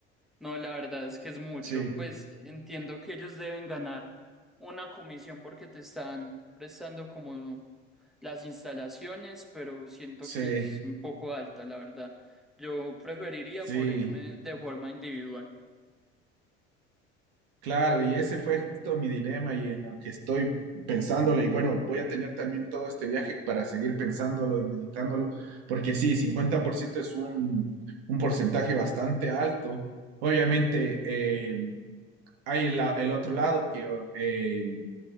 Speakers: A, in the centre; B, on the right.
A: No, la verdad es que es mucho.
B: Sí,
A: Pues entiendo que ellos deben ganar una comisión porque te están prestando como las instalaciones, pero siento
B: sí,
A: que es un poco alta, la verdad. Yo preferiría
B: sí.
A: por irme de forma individual.
B: Claro, y ese fue justo mi dilema y en lo que estoy pensándole. Y bueno, voy a tener también todo este viaje para seguir pensándolo y meditándolo, porque sí, 50% es un, un porcentaje bastante alto. Obviamente, eh, hay la- el otro lado que eh,